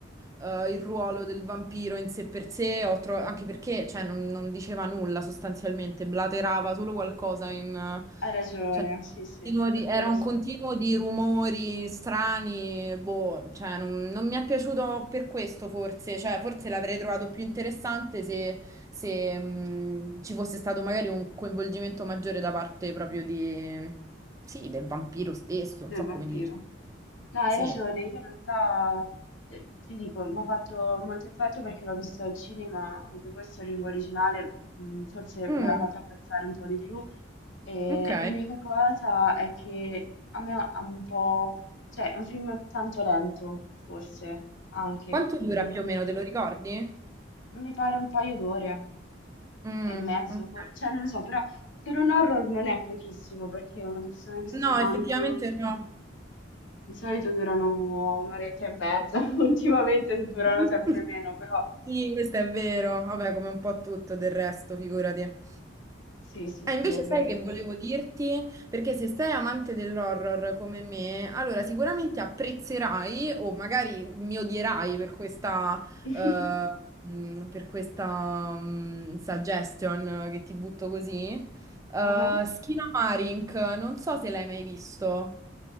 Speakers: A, on the right; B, on the left.
A: eh, il ruolo del vampiro in sé per sé, ho tro- anche perché cioè, non, non diceva nulla sostanzialmente, blaterava solo qualcosa in... eh,
B: Hai ragione,
A: cioè,
B: sì, sì,
A: continuo
B: per
A: di- era
B: quello
A: un
B: sì.
A: continuo di rumori strani, boh, cioè, non, non mi è piaciuto per questo forse, cioè, forse l'avrei trovato più interessante se, se, mh, ci fosse stato magari un coinvolgimento maggiore da parte proprio di... Sì, del vampiro stesso, non
B: Del
A: so
B: vampiro.
A: come dirti.
B: No, hai
A: Sì.
B: ragione, io in realtà eh, ti dico, mi ha fatto molto effetto perché l'ho visto al cinema, anche questo in lingua originale, mm, forse
A: Mm,
B: me l'ha fatto apprezzare un po' di più. E
A: ok.
B: l'unica cosa è che a me ha un po', cioè è un film tanto lento, forse anche,
A: Quanto dura
B: mm,
A: più o meno, te lo ricordi?
B: mi pare un paio d'ore
A: Mm,
B: e mezzo,
A: ok.
B: for- cioè non lo so, però per un horror non è pochissimo perché una persona che sta
A: No,
B: tanto...
A: effettivamente no.
B: Di solito durano un'oretta e mezza, <laughs> ultimamente durano
A: <laughs>
B: sempre meno, però
A: Sì, questo è vero. Vabbè, come un po' tutto del resto, figurati.
B: sì, sì,
A: Ah,
B: sì,
A: invece
B: è vero.
A: sai che volevo dirti? Perché se sei amante dell'horror come me, allora sicuramente apprezzerai o magari mi odierai per questa,
B: <laughs>
A: eh, mh, per questa, mh, suggestion che ti butto così. Eh,
B: Ah,
A: Skinnamarink, non so se l'hai mai visto.